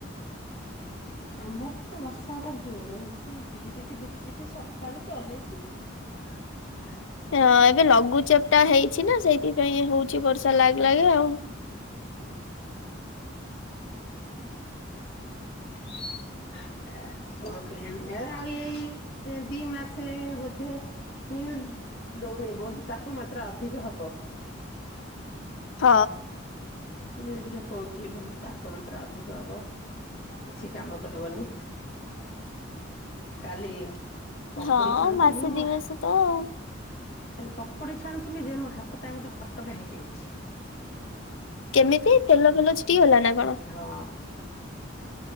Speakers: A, on the left (about 55°); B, on the left (about 75°).
A: <inaudible> ଆମର ତ ବର୍ଷା ହେବାର ଜୋର ହଉଛି ଝିପିଝିପିଝିପିଝିପି ସକାଳୁ ଚଲେଇଛି। <unintelligible>
B: ହଁ ଏବେ ଲଘୁଚାପ ଟା ହେଇଛି ନା ସେଇଥିପାଇଁ ହଉଛି ବର୍ଷା ଲାଗେ ଲାଗେ ଆଉ।
A: <unintelligible> ଓକେ ଆଉ ଏଇ ଦି ମାସେ ବୋଧେ। ହୁଁ ଦଉନି ବହୁତ୍ ତାପମାତ୍ରା ଅଧିକ ହବ।
B: ହଁ।
A: ନିୟୁଜ୍ ରେ କହୁଛି ବହୁତ ତାପମାତ୍ରା ଅଧିକ ହବ। କିଛି କାମ କରିବନି କାଲି। ପକୋଡି
B: ହଁ
A: ଛାଣୁଥିଲି
B: ମାସ
A: ମୋ
B: ଦି ମାସ ତ ଆଉ।
A: ଖାଲି ପକୋଡି ଛାଣୁଥିଲି ଯେ ମୋ ହାତ ଟା ଗୋଟେ ଫଟକା ହେଇଯାଇଛି।
B: କେମିତି ତେଲ ଫେଲ ଛିଟିକି ଗଲା ନା କଣ।
A: ହଁ।